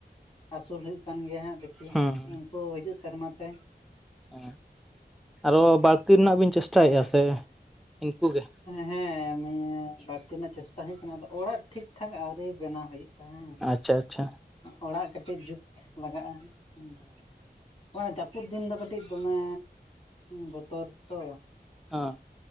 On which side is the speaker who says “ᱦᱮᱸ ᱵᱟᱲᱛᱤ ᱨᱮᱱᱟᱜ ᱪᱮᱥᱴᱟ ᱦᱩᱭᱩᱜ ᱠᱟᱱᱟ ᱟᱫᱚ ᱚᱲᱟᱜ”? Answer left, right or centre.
Left